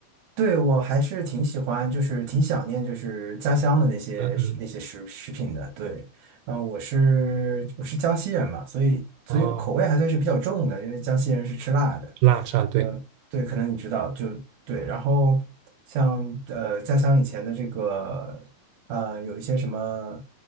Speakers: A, on the right; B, on the right.
A: 对，我还是挺喜欢，就是挺想念，就是家乡的那些食那些食食品的。
B: 嗯嗯，
A: 对，然后我是我是江西人嘛，所以所以口味还算是比较重的，
B: 哦，
A: 因为江西人是吃辣的。
B: 吃辣吃辣，对，
A: 呃，对，可能你知道，就对。然后像呃家乡以前的这个呃有一些什么，